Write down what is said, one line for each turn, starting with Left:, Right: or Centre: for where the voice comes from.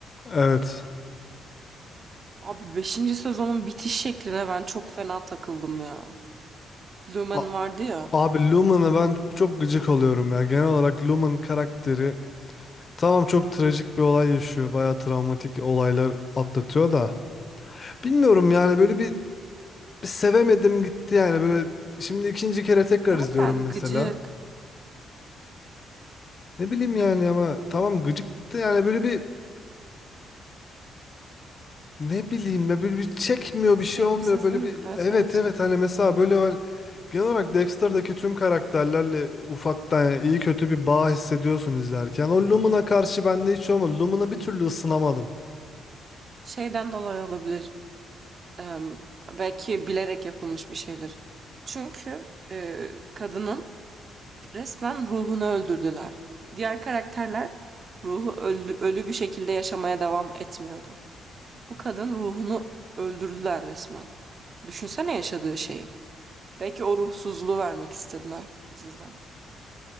Left: evet.
Right: Abi beşinci sezonun bitiş şekline ben çok fena takıldım ya. Lumen
Left: A-
Right: vardı ya.
Left: abi Lumen'a ben çok gıcık oluyorum ya. Genel olarak Lumen karakteri tamam çok trajik bir olay yaşıyor. Bayağı travmatik olaylar atlatıyor da. Bilmiyorum yani böyle bir, bir sevemedim gitti yani böyle şimdi ikinci kere tekrar
Right: Zaten
Left: izliyorum mesela.
Right: gıcı
Left: Ne bileyim yani ama tamam gıcıktı yani böyle bir Ne bileyim ya böyle bir çekmiyor
Right: Sevimsiz
Left: bir şey olmuyor böyle
Right: değil
Left: bir
Right: mi? Evet
Left: evet
Right: evet.
Left: evet hani mesela böyle o- genel olarak Dexter'daki tüm karakterlerle ufaktan yani iyi kötü bir bağ hissediyorsun izlerken. O Lumina karşı bende
Right: Hı hı.
Left: hiç olmadı. Lumina bir türlü ısınamadım.
Right: Şeyden dolayı olabilir. Em, belki bilerek yapılmış bir şeydir. Çünkü e, kadının resmen ruhunu öldürdüler. Diğer karakterler ruhu ölü, ölü bir şekilde yaşamaya devam etmiyordu. Bu kadın ruhunu öldürdüler resmen. Düşünsene yaşadığı şeyi. Belki o ruhsuzluğu vermek istediler dizide.